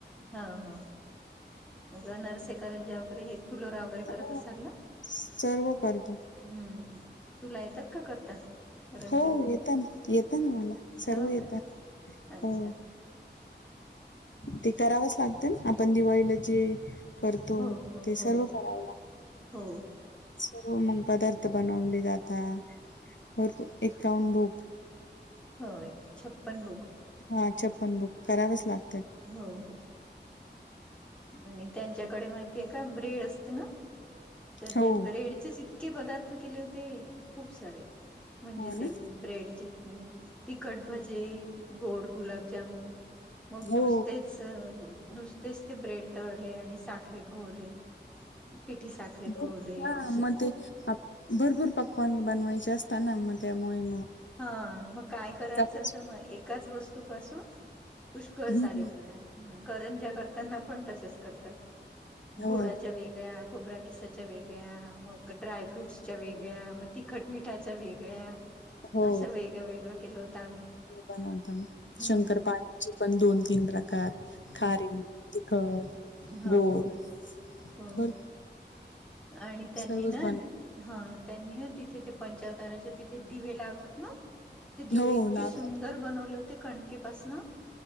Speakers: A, in the centre; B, on the left (about 80°).
A: हा हा म नरसेकरंजी वगैरे हे फुलोराव वगैरे
B: हो
A: करत असाल ना
B: सर्व करतो
A: हम् तूला येतात का करता रंजा
B: हो येत ना येत ना मला सर्व
A: हो
B: येत
A: का अच्छा
B: हो
A: हो
B: ते करावंच लागत ना आपण दिवाळीला जे करतो
A: हो
B: ते
A: हो
B: सर्व कराव लाग
A: हो
B: स मग पदार्थ बनवले जातात व एककाउन बूक
A: हो एक छप्पन बोक
B: हा प्पन बुक करावच लागतात
A: हो हो आणि त्यांच्याकडे माहितीय का ब्रेड असते ना तर
B: हो
A: ते ब्रेडचेच इतके पदार्थ केले होते खूप सारे म्हणजे
B: हो
A: ते
B: ना
A: ब्रेड च तिखट भजे गोड गुलाबजामन मग
B: हो
A: नुसतेच नुसतेच ते ब्रेड तळले आणि साखरेत घोळले. पिठी साखरेत
B: भर
A: घोळले
B: हा
A: असे
B: मग
A: खूप
B: ते आप- भरपूर पकवान बनवायचे असता ना मग त्यामुळे मग
A: हा मग काय करायचं
B: त्यापासून
A: तर मग एकाच वस्तू पासून पुष्कळ सारे
B: हम्म
A: पदार्थ करंज्या करताना पण तसंच करतात गोडाच्या
B: हो
A: वेग गळ्या खोबऱ्या किसाच्या वेगळ्या मग ड्राय फ्रूट्सच्या वेगळ्या मग तिखट मिठाच्या वेग ळ्या
B: हो
A: असं वेगळं वेगळं केल होतं आम्ही
B: बनवता मग
A: हम्म.
B: शंकरपाळ्याचे पण दोन तीन प्रकार खारे तिखट
A: हो
B: गोड
A: हो हो
B: भर
A: आणि त्यांनी
B: सर्वच
A: ना
B: बन
A: हा त्यांनी ना तिथे ते पंचावताराचे तिथे दिवे लावतात ना ते दिवे
B: हो
A: इतके
B: लावतात.
A: सुंदर बनवले होते कणके पासन